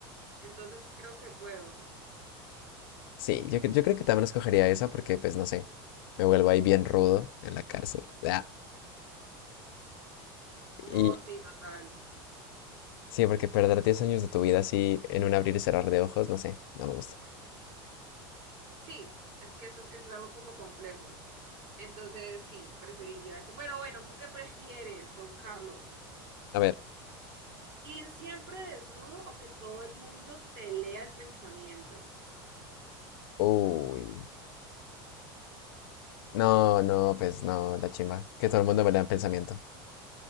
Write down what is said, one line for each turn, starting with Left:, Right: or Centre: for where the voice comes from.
Right: entonces creo que puedo.
Left: Sí, yo, cre- yo creo que también escogería esa porque, pues, no sé, me vuelvo ahí bien rudo en la cárcel. Ah,
Right: No,
Left: Y
Right: sí, total.
Left: sí, porque perder diez años de tu vida así en un abrir y cerrar de ojos, no sé, no me gusta.
Right: Sí, es que eso, es- eso es algo como complejo. Entonces, sí, preferiría eso. Pero bueno, ¿tú qué prefieres, don Carlos?
Left: A ver.
Right: ¿Ir siempre desnudo o que todo el mundo te lea el pensamiento?
Left: Uy. No, no, pues no, la chimba. Que todo el mundo me lea en pensamiento.